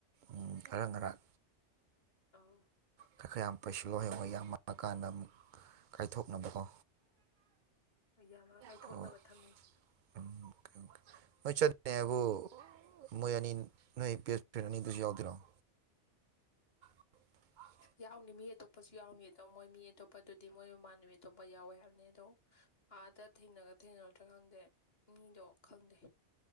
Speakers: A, on the right; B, on the left.
A: ꯎ ꯑꯔꯪꯒꯔꯥꯛ
B: ꯑꯥꯎ
A: ꯈ ꯈꯔ ꯌꯥꯝ ꯄꯩꯁꯤꯜꯂꯣ ꯍꯡꯉ ꯌꯥꯝꯃ ꯀꯥꯟꯗ ꯑꯃꯨꯛ ꯀꯥꯏꯊꯣꯛꯅꯕꯀꯣ
B: ꯌꯥꯝꯃ ꯀꯥꯏꯊꯣꯛꯅꯕ
A: ꯑꯣ
B: ꯊꯝꯃꯦ
A: <unintelligible> ꯅꯣꯏ ꯆꯠꯂꯤꯅꯦ ꯍꯥꯏꯕꯨ ꯃꯣꯏ ꯑꯅꯤ ꯅꯣꯏ ꯕꯦꯁꯐ꯭ꯔꯦꯟ ꯑꯅꯤꯗꯨꯁꯨ ꯌꯥꯎꯗꯣꯏꯔꫭ <inaudible>
B: ꯌꯥꯎꯅꯤ ꯃꯤ ꯑꯇꯣꯞꯄꯁꯨ ꯌꯥꯎꯅꯤ ꯑꯗꯣ ꯃꯣꯏ ꯃꯤ ꯑꯇꯣꯞꯄ ꯑꯗꯨꯗꯤ ꯃꯣꯏ ꯏꯃꯥꯟꯅꯕꯤ ꯑꯇꯣꯞꯄ ꯌꯥꯎꯋꯦ ꯍꯥꯏꯕꯅꯤ ꯑꯗꯣ ꯑꯥꯗ ꯊꯦꯡꯅꯒ ꯊꯦꯡꯅꯔꯗ꯭ꯔꯥ ꯈꯪꯗꯦ ꯃꯤꯗꯣ ꯈꯪꯗꯦ